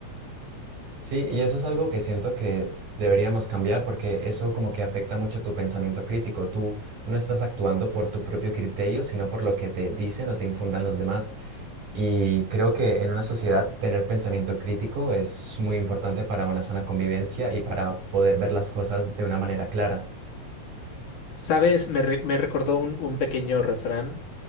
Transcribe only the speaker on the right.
Sí, y eso es algo que siento que deberíamos cambiar porque eso como que afecta mucho tu pensamiento crítico. Tú no estás actuando por tu propio criterio, sino por lo que te dicen o te infundan los demás. Y creo que en una sociedad tener pensamiento crítico es muy importante para una sana convivencia y para poder ver las cosas de una manera clara.